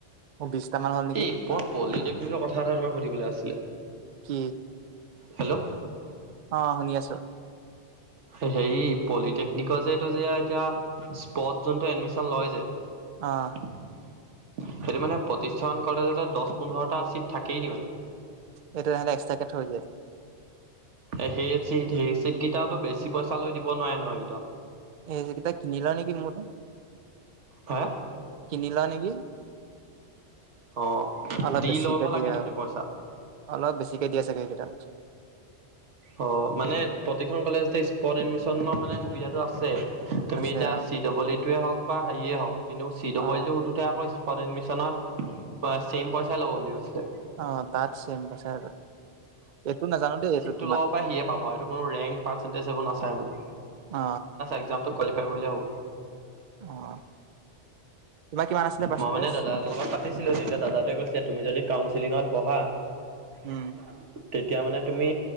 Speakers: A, on the right; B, on the right.
A: মোৰ বিছটা মান হল নেকি
B: ই, প পলিটেকনিকৰ কথা এটা তোমাক সুধিবলৈ আছিলে?
A: কি
B: হেল্ল'
A: অ শুনি আছো।
B: হে হেৰি পলিটেকনিকৰ যে এটো যে এতিয়া স্পট যোনটো এডমিচন লয় যে
A: অঁ।
B: সেইটো মানে প্ৰতিখন কলেজতে দহ পোন্ধৰটা চিট থাকেই নি মানে?
A: এইটো সিহঁতে এক্সট্ৰাকে থৈ দিযে।
B: এ সেই চিট, সেই চিট কেইটাটো বেছি পইচা লৈ দিব নোৱাৰে নহয় এই কেইটাও।
A: এই যে কেইটা কিনি লয় নেকি মোৰ মতে।
B: হে
A: কিনি লয় নেকি?
B: অ
A: অলপ
B: দি
A: বেছিকে
B: লব
A: দিয়ে
B: লাগে নি
A: আৰু
B: মানে, পইচা?
A: অলপ বেছিকে দিয়ে চাগে সেইকেইটাত।
B: অ মানে প্ৰতিখন কলেজতে স্পত এডমিচনৰ মানে সুবিধাটো আছে। তুমি
A: আছে
B: এতিয়া
A: অ
B: চি ডবল ই টোৱে হওক বা হেৰিয়ে হওক, কিন্তু চি ডবল
A: অ
B: ইটো সুধোতে আকৌ স্পট এডমিচনত বা ছেম পইচাই ল'ব বুলি কৈছিলে।
A: অ তাত চেম পইচায়ে লয়। এইটো নাজানো দেই এইটোত।
B: তো ল'ব পাই, সিয়ে ল'ব আও এইটো ৰেঙ পাৰ্চেন্টেজ এইবোৰ নাচায় মানে
A: অ
B: একজাম টো কাৱালিফাই কৰিলে হ'ব।
A: অ তোমাৰ কিমান আছিলে পাৰ্চেন্টেজ
B: মই মানে দাদাহতৰ লগত পাতিছিলো তেতিয়া দাদাটোৱে কৈছিলে তুমি যদি কাউচিলিঙত বহা,
A: উম
B: <inaudible> তেতিয়া মানে তুমি